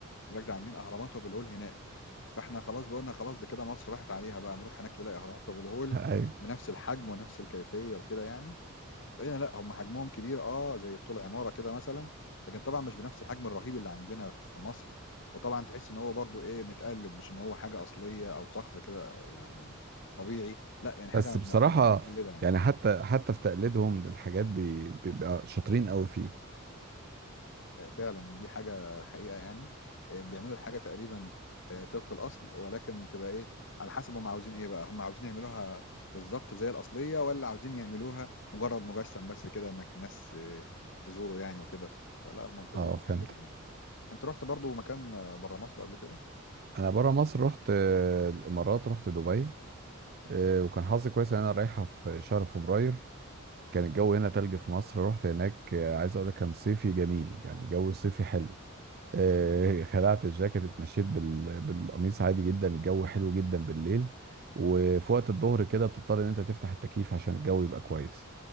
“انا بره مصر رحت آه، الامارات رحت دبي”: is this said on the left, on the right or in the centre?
Right